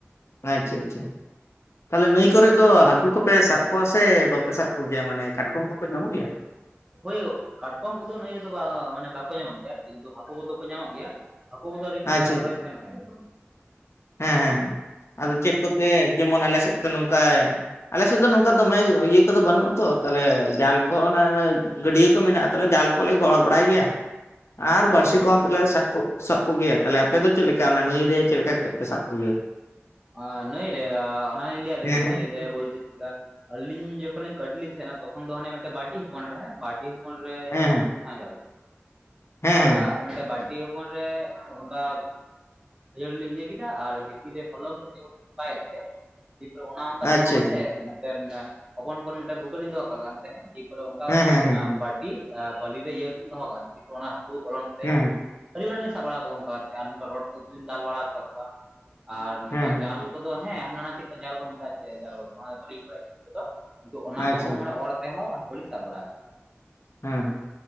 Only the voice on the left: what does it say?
ᱟᱪᱪᱷᱟ ᱪᱷᱟ ᱛᱟᱦᱞᱮ ᱱᱟᱹᱭ ᱠᱚᱨᱮ ᱫᱚ ᱦᱟᱹᱠᱩ ᱠᱚᱯᱮ ᱥᱟᱵ ᱠᱚᱣᱟ ᱥᱮ ᱵᱟᱯᱮ ᱥᱟᱵ ᱠᱚᱜᱮᱭᱟ ᱢᱟᱱᱮ ᱠᱟᱴᱠᱚᱢ ᱠᱚᱠᱚ ᱧᱟᱢᱚᱜ ᱜᱮᱭᱟ?
ᱟᱪᱪᱷᱟ
ᱦᱮᱸ ᱦᱮᱸ ᱦᱮᱸ᱾ ᱟᱫᱚ ᱪᱮᱫ ᱠᱚᱛᱮ ᱡᱮᱢᱚᱱ ᱟᱞᱮ ᱥᱮᱫ ᱫᱚ ᱱᱚᱝᱠᱟ ᱟᱞᱮ ᱥᱮᱫ ᱫᱚ ᱱᱚᱝᱠᱟ ᱫᱚᱢᱮ ᱤᱭᱟᱹ ᱠᱚᱫᱚ ᱵᱟᱹᱱᱩᱜᱼᱟ ᱛᱚ ᱛᱟᱦᱞᱮ ᱡᱟᱞ ᱠᱚ ᱚᱱᱮ ᱜᱟᱹᱰᱭᱟᱹ ᱠᱚ ᱢᱮᱱᱟᱜᱼᱟ ᱛᱟᱠᱮ ᱡᱟᱞ ᱠᱚᱞᱮ ᱜᱚᱲᱚ ᱵᱟᱲᱟᱭ ᱜᱮᱭᱟ ᱟᱨ ᱵᱟᱹᱲᱥᱤ
ᱠᱚᱦᱚᱸ ᱛᱮᱞᱮ ᱥᱟᱵ ᱠᱚ ᱥᱟᱵ ᱠᱚᱜᱮᱭᱟ ᱛᱟᱦᱞᱮ ᱟᱯᱮ ᱫᱚ ᱪᱮᱫᱽ ᱞᱮᱠᱟ ᱚᱱᱟ ᱱᱟᱹᱭ ᱨᱮ ᱪᱮᱫ ᱞᱮᱠᱟ ᱯᱮ ᱥᱟᱵ ᱠᱚᱜᱮᱭᱟ?
ᱦᱮᱸ
ᱦᱮᱸ
ᱦᱮᱸ ᱦᱮᱸ
ᱦᱮᱸ
ᱦᱮᱸ
ᱟᱪᱪᱷᱟ
ᱟᱪᱪᱷᱟ
ᱦᱮᱸ
ᱦᱮᱸ
ᱦᱮᱸ
ᱦᱮᱸ ᱦᱮᱸ᱾
ᱦᱮᱸ ᱦᱮᱸ ᱦᱮᱸ
ᱟᱪᱪᱷᱟ
ᱦᱮᱸ ᱦᱮᱸ